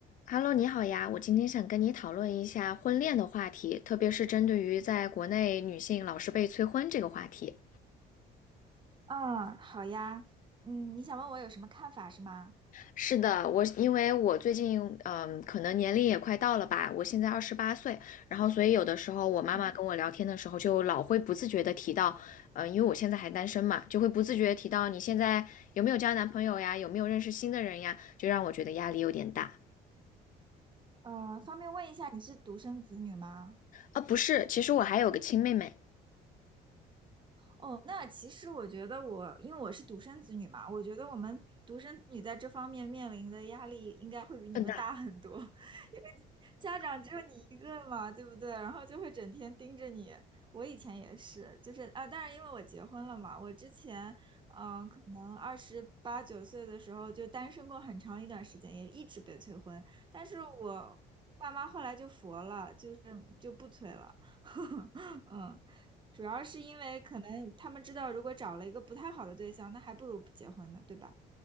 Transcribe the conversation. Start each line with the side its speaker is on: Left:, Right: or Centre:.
Left: Hello，你好呀，我今天想跟你讨论一下婚恋的话题，特别是针对于在国内女性老是被催婚这个话题。
Right: 嗯，好呀，嗯，你想问我有什么看法是吗？
Left: 是的，我因为我最近嗯，可能年龄也快到了吧，我现在二十八岁，然后所以有的时候我妈妈跟我聊天的时候，
Right: 嗯
Left: 就老会不自觉的提到，嗯、因为我现在还单身嘛，就会不自觉地提到你现在有没有交男朋友呀，有没有认识新的人呀，就让我觉得压力有点大。
Right: 呃，方便问一下你是独生子女吗？
Left: 啊，不是，其实我还有个亲妹妹。
Right: 哦，那其实我觉得我，因为我是独生子女嘛，我觉得我们独生子女在这方面面临的压力应该会比你们大很多，
Left: 嗯
Right: <laughs> 因为家长只有你一个嘛，对不对？然后就会整天盯着你。我以前也是，就是啊，当然因为我结婚了嘛，我之前嗯、可能二十八九岁的时候就单身过很长一段时间，也一直被催婚。但是我爸妈后来就佛了，就是就不催了。<laughs> 嗯，主要是因为可能他们知道，如果找了一个不太好的对象，那还不如不结婚呢，对吧？